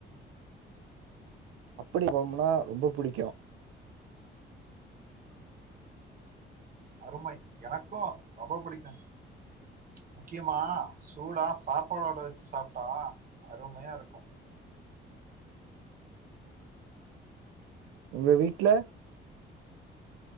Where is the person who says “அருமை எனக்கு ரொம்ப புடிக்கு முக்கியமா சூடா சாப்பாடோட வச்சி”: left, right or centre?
Right